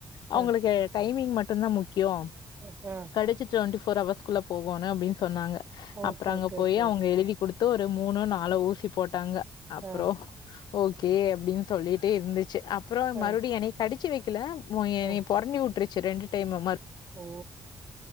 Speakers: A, on the left (about 75°); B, on the right (about 30°).
A: அவங்களுக்கு
B: ஆ
A: எட்டா டைமிங் மட்டுந்தா முக் கியோம்
B: ஆ ஆ
A: கடைச்சி டொண்ட்டி ஃபோர் ஹவர்ஸ்குள்ள போகனும் அப்டின் சொன்னாங்க
B: ஓகே
A: அப்றோ அங்க
B: ஓகே
A: போய்
B: ஓகே
A: அவங்க எழுதிக் குடுத்து ஒரு மூணுனோ நாலோ ஊசி போட்டாங்க அப்றோ
B: ஆ
A: ஓகே அப்டின்னு சொல்லிட்டு இருந்து அப்றோ
B: ஆ
A: மறுபடியும் என்னைக் வச்சு வைக்கல மு எ
B: ஆ
A: பொறணி வுட் ச்சி ரெண்டு டைமு
B: ஓ